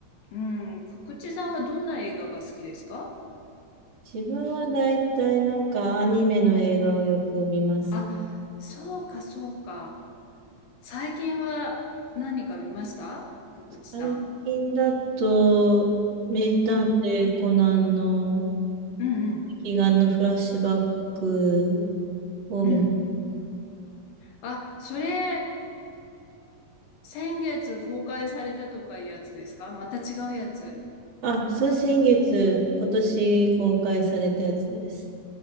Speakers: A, on the left; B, on the right.
A: うん、くくちさんはどんな映画が好きですか
B: 自分はだいたいなんかアニメの映画をよく見ます。
A: あ、そうか、そうか。最近は何か見ましたくくちさん。
B: 最近だと、名探偵コナンの、
A: うん、うん、うん、
B: 悲願のフラッシュバックを見ます。
A: うん。あ、それ、先月公開されたとかいうやつですかまた違うやつ
B: あ、それ先月、今年公開されたやつです。